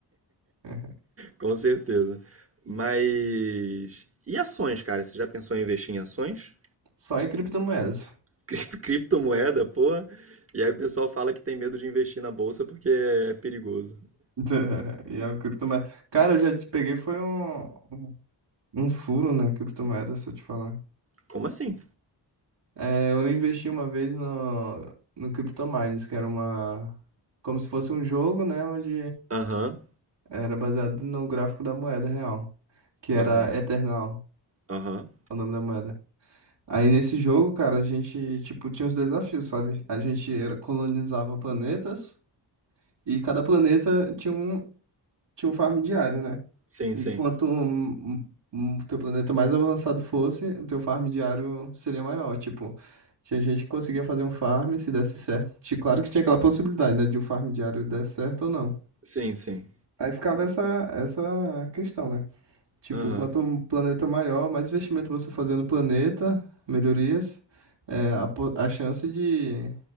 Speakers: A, on the right; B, on the right.
A: <laughs>
B: com certeza. Mas. E ações, cara? Você já pensou em investir em ações?
A: Só em criptomoedas.
B: Cri- <laughs> Criptomoeda, porra. E aí o pessoal fala que tem medo de investir na bolsa porque é perigoso.
A: <laughs> E a criptomoeda. Cara, eu já te peguei, foi um, um furo, né? Criptomoeda, se eu te falar.
B: Como assim?
A: É, eu investi uma vez no, no CryptoMines, que era uma. Como se fosse um jogo, né? Onde
B: Aham,
A: era baseado no gráfico da moeda real, que era
B: aham,
A: Eternal,
B: aham.
A: o nome da moeda. Aí nesse jogo, cara, a gente, tipo, tinha uns desafios, sabe? A gente era, colonizava planetas e cada planeta tinha um. tinha um farm diário, né?
B: Sim,
A: E
B: sim.
A: quanto hum, hum, o teu planeta mais avançado fosse, o teu farm diário seria maior. Tipo, tinha gente que conseguia fazer um farm se desse certo. Ti- Claro que tinha aquela possibilidade, né? De o farm diário der certo ou não.
B: Sim, sim.
A: Aí ficava essa, essa questão, né? Tipo,
B: Aham.
A: quanto um planeta maior, mais investimento você fazer no planeta, melhorias, é, a, po- a chance de